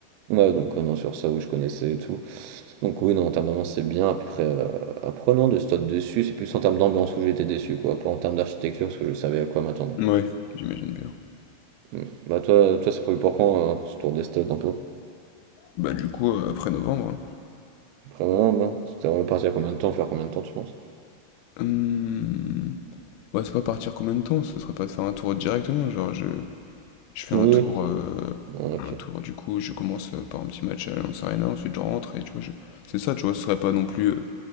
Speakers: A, on the right (about 90°); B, on the left (about 85°).
A: Ouais, donc, heu, non, sur ça, oui, je connaissais et tout. Donc oui, non, en termes d'ambiance, c'est bien. Après, heu, après non, de stade dessus c'est plus en termes d'ambiance où j'ai été déçu, quoi. Pas en termes d'architecture, parce que je savais à quoi m'attendre.
B: Ouais, j'imagine bien.
A: Mmh. Bah, toi toi, c'est prévu pour quand, heu, ce tour des stades un peu?
B: Bah, du coup, heu, après novembre,
A: Après voilà, moi, c'était repartir combien de temps, faire combien de temps, tu penses?
B: hein. Mmh. Ouais, c'est pas partir combien de temps? Ce serait pas de faire un tour directement, genre je, je fais
A: Oui.
B: un tour, euh,
A: Ouais, OK.
B: un tour du coup, je commence euh, par un petit match à l'Allianz Arena, ensuite je rentre et tu vois, je... c'est ça, tu vois, ce serait pas non plus euh,